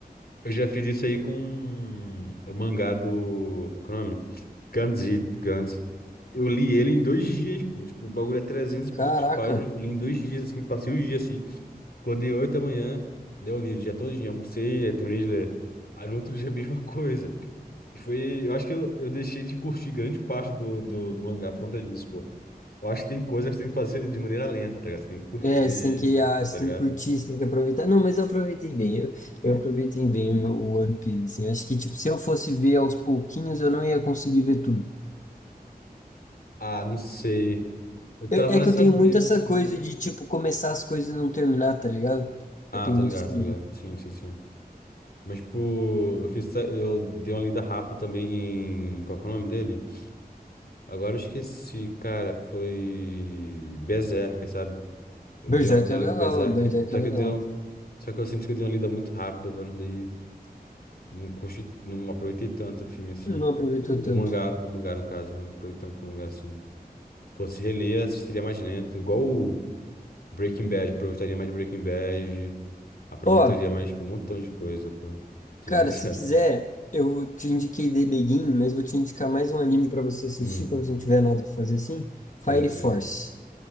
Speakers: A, on the left; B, on the left.
A: Eu já fiz isso aí com o mangá do. Qual que é o nome? Gantz. Eu li ele em dois dias, pô. Tipo, o bagulho é 300 e
B: Caraca,
A: poucos páginas. Eu li em dois dias, assim, passei o dia, assim. Acordei 8 da manhã, deu li o dia todinho, almocei, aí terminei de ler. Aí no outro dia a mesma coisa. E foi. Eu acho que eu, eu deixei de curtir grande parte do, do, do mangá por conta disso, pô. Eu acho que tem coisas que você tem que fazer de maneira lenta, tá ligado? Você tem que curtir,
B: É, você tem que, ah, você
A: tá ligado?
B: tem que curtir, você tem que aproveitar. Não, mas eu aproveitei bem. Eu, eu aproveitei bem o, o One Piece. assim. acho que, tipo, se eu fosse ver aos pouquinhos, eu não ia conseguir ver tudo.
A: Ah, não sei. Eu
B: Eu-
A: tava
B: é
A: nessa
B: que eu tenho
A: brisa,
B: muito essa
A: assim.
B: coisa de, tipo, começar as coisas e não terminar, tá ligado?
A: Ah,
B: Eu tenho
A: tô
B: muito
A: ligado,
B: essa
A: tô
B: brisa.
A: ligado. Sim, sim, sim. Mas, tipo, eu fiz. essa- Eu dei uma lida rápida também em. Qual que é o nome dele? Agora eu esqueci, cara. Foi. Berserk, sabe? Eu
B: Berserk
A: dei uma, dei
B: é
A: uma
B: legal,
A: lida em Berserk.
B: Berserk
A: Só
B: é legal.
A: que eu dei uma- Só que eu sinto que eu dei uma lida muito rápida, velho. Daí não curti, não aproveitei tanto o filme assim.
B: Não aproveitou tanto.
A: O mangá, o mangá, no caso, né, não aproveitei tanto o mangá assim. Fosse reler, assistiria mais lento. Igual o Breaking Bad, aproveitaria mais Breaking Bad. Aproveitaria
B: Ó,
A: mais, tipo, um montão de coisa, pô. Ser
B: cara,
A: bem <laughs> sincero.
B: se quiser, eu te indiquei The Begin, mas vou te indicar mais um anime pra você assistir
A: Hum,
B: quando você não tiver nada pra fazer assim. Fire
A: pode crer.
B: Force.